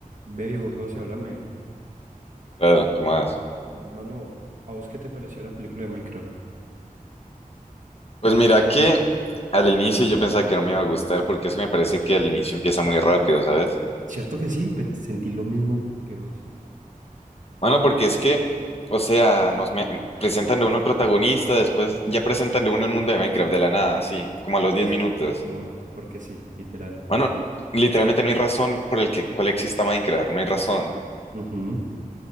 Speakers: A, on the right; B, on the left.
A: Ve, viejo socio, háblame.
B: Claro, ¿cómo vas?
A: Mano, ¿a vos qué te pareció la película de Minecraft?
B: Pues mira que al inicio yo pensaba que no me iba a gustar porque es que me parece que al inicio empieza muy rápido, ¿sabes?
A: Cierto que sí, Pe- sentí lo mismo que vos.
B: Bueno, porque es que, o sea, nos me- presentan de uno el protagonista, después ya presentan de uno el mundo de Minecraft de la nada, así, como a
A: Porque
B: los 10
A: sí,
B: minutos.
A: como, porque sí, literal.
B: Bueno, literalmente no hay razón por el que cuál exista Minecraft, no hay razón.
A: Ujú.